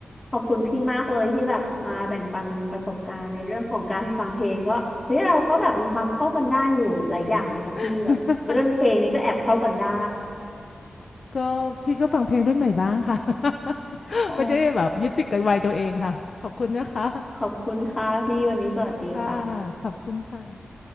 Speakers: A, on the left; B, on the left.
A: ขอบคุณพี่มากเลยที่แบบมาแบ่งปันประสบการณ์ในเรื่องของการฟังเพลงก็เฮ้ยเราก็แบบมีความเข้ากันได้อยู่หลายอย่างนะคะพี่แบบเรื่องเพลงนี้ก็แอบเข้ากันได้
B: <laughs> ก็พี่ก็ฟังเพลงรุ่นใหม่บ้างค่ะ <laughs>
A: <laughs> โอ้
B: ไม่ได้แบบยึดติดกับวัยตัวเองค่ะขอบคุณนะคะ
A: ขอบคุณค่ะพี่วันนี้สวัสดีค่ะ
B: ค่ะขอบคุณค่ะ